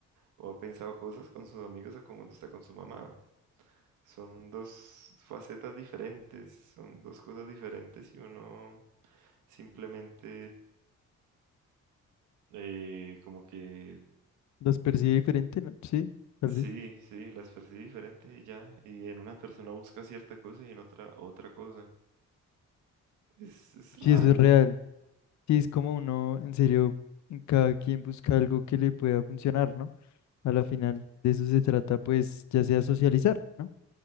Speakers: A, on the right; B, on the left.
A: o ha pensado cosas con sus amigos a como cuando está con su mamá. Son dos facetas diferentes, son dos cosas diferentes y uno simplemente eh, como que
B: ¿Los percibe diferente? ¿No? Sí, tal
A: Sí,
B: vez.
A: sí, las percibe diferente y ya. Y en una persona busca cierta cosa y en otra otra cosa. Es, es raro.
B: Sí, eso es real. Sí, es como uno, en serio, en cada quien busca algo que le pueda funcionar, ¿no? A la final de eso se trata, pues, ya sea socializar, ¿no?